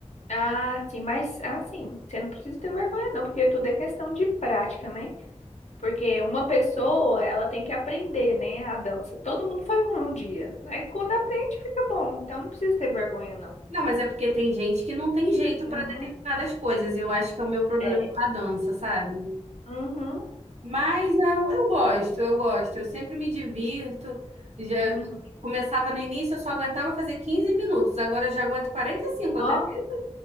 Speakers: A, on the left; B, on the right.
A: Ah, sim, mas assim, você não precisa ter vergonha não, porque tudo é questão de prática, né? Porque uma pessoa, ela tem que aprender, né, a dança. Todo mundo foi ruim um dia. Aí quando aprende, fica bom. Então não precisa ter vergonha não.
B: Não, mas é porque tem gente que não tem jeito para
A: Uhum.
B: determinadas coisas. Eu acho que é o meu problema
A: É.
B: com a dança, sabe?
A: Uhum.
B: Mas eu, eu gosto,
A: Sim.
B: eu gosto. Eu sempre me divirto. Já
A: Uhum.
B: começava no início, eu só aguentava fazer 15 minutos. Agora eu já aguento 45,
A: Nó-
B: acredita?